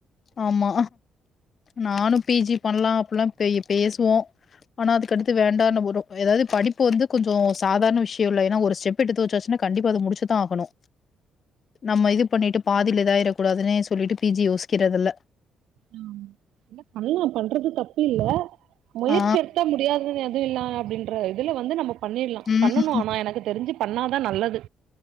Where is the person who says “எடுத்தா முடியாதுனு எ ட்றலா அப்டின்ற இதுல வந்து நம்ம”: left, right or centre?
Right